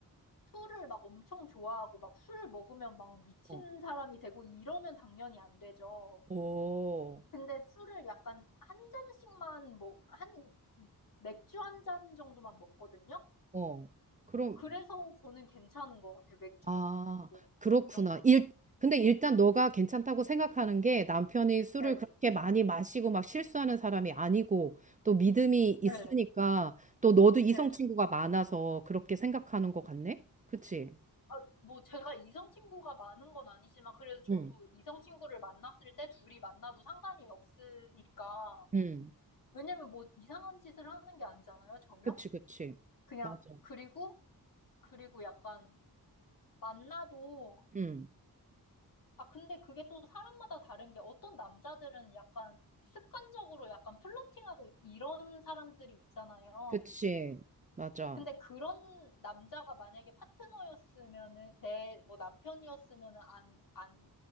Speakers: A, on the left; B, on the right.
A: 술을 막 엄청 좋아하고, 막 술 먹으면 막 미친
B: 어,
A: 사람이 되고, 이러면 당연히 안 되죠.
B: 오,
A: 근데 술을 약간 한 잔씩만 뭐, 한, 맥주 한 잔 정도만 먹거든요?
B: 어. 그럼,
A: 그래서 저는 괜찮은 것 같아요. 맥주
B: 아,
A: 먹는, 뭐,
B: 그렇구나.
A: 이런 것도.
B: 일, 근데 일단 너가 괜찮다고 생각하는 게 남편이 술을
A: 네,
B: 그렇게 많이 마시고 막 실수하는 사람이 아니고 또 믿음이 있으니까
A: 네,
B: 또 너도 이성
A: 네.
B: 친구가 많아서 그렇게 생각하는 것 같네? 그치?
A: 아, 뭐, 제가 이성 친구가 많은 건 아니지만, 그래도 저도
B: 응.
A: 이성 친구를 만났을 때 둘이 만나도 상관이 없으니까.
B: 응,
A: 왜냐면 뭐, 이상한 짓을 하는 게 아니잖아요, 전혀?
B: 그치, 그치.
A: 그냥,
B: 맞아.
A: 그리고, 그리고 약간, 만나도
B: 응,
A: 아, 근데 그게 또 사람마다 다른 게 어떤 남자들은 약간 습관적으로 약간 플러팅하고 이런 사람들이 있잖아요.
B: 그치. 맞아.
A: 근데 그런 남자가 만약에 파트너였으면은 내 뭐 남편이었으면은 안, 안,